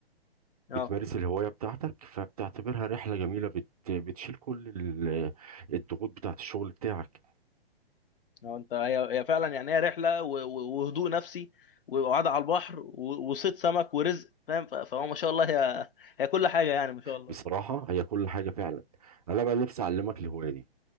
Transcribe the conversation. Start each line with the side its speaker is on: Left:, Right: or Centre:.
Left: اه
Right: بتمارس الهواية بتاعتك فبتعتبرها رحلة جميلة بت بتشيل كل ال- الضغوط بتاعت الشغل بتاعك
Left: اه انت هي هي فعلا يعني هي رحله و- و- وهدوء نفسي وقعده على البحر و- وصيد سمك ورزق فاهم ف- فهو ما شاء الله هي هي كل حاجه يعني ما شاء الله
Right: بصراحة هي كل حاجة فعلا انا بقى نفسي اعلمك الهواية دي